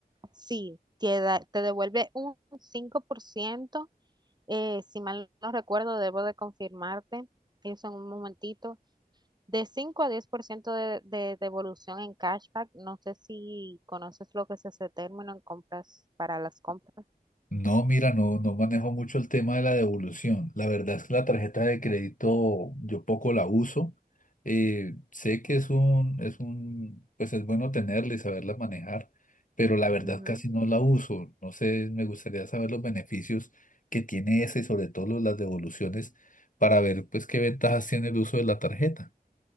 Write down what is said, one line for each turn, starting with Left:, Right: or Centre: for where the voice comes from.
Right: Sí, te, da- te devuelve un 5%, eh, si mal no recuerdo, debo de confirmarte eso en un momentito, de 5 a 10% de, de devolución en cashback. No sé si conoces lo que es ese término en compras para las compras.
Left: No, mira, no, no manejo mucho el tema de la devolución. La verdad es que la tarjeta de crédito yo poco la uso. Eh, sé que es un, es un, pues es bueno tenerla y saberla manejar, pero la verdad
Right: Ujú.
Left: casi no la uso. No sé, me gustaría saber los beneficios que tiene esa y sobre todo lo- las devoluciones para ver pues qué ventajas tiene el uso de la tarjeta.